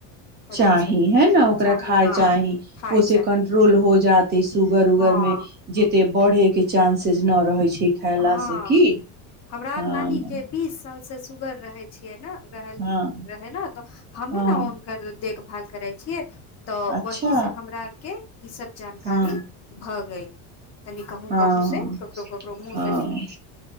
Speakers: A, on the left; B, on the right.
A: पड़ै
B: चाही
A: छै
B: है न ओकरा
A: चाही
B: खााय
A: हँ
B: चाही
A: खाय
B: ओे
A: चाही
B: कंट्रोल हो जाता सुगर उगरमे
A: हँ
B: ज ओते बढ़े के चानंसेज न रहै छै खयला
A: हँ
B: से की
A: हमरा
B: हँ
A: नानी के बीस साल से सुगर रहै रह
B: हँ
A: रह ने त हमी
B: हँ
A: ने उनक देख देखभाल करै छियै तऽ
B: अच्छा
A: वही से हमरा आर के ई सब जानकारी
B: हँ
A: भ गई तनि कहूँ
B: हँ
A: कहूं से ककरो ककरो मुँह
B: हँ